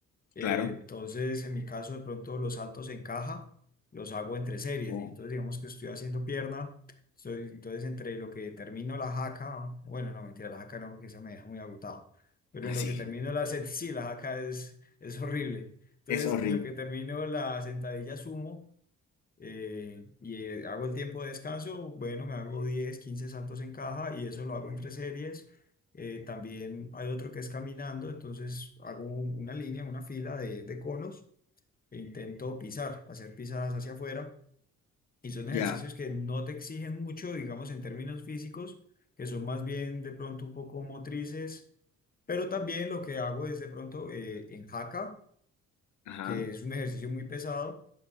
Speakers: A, on the left; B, on the left.
A: Eh,
B: claro.
A: entonces, en mi caso, de pronto los saltos en caja los hago entre series.
B: Wow.
A: Y entonces, digamos que estoy haciendo pierna. Estoy, entonces, entre lo que termino la jaca, bueno, no, mentira, la jaca no, que esa me deja muy agotado. Pero en
B: Así,
A: lo que termino la set, <laughs> sí, la jaca es, es horrible. Entonces,
B: es horrible.
A: en lo que termino la sentadilla sumo, eh, y eh, hago el tiempo de descanso, bueno, me hago 10 15 saltos en caja y eso lo hago entre series. Eh, también hay otro que es caminando, entonces hago un- una línea, una fila de, de conos e intento pisar, hacer pisadas hacia afuera. Y son ejercicios
B: Ya,
A: que no te exigen mucho, digamos, en términos físicos, que son más bien de pronto un poco motrices, pero también lo que hago es de pronto eh, en jaca
B: ajá,
A: que es un ejercicio muy pesado,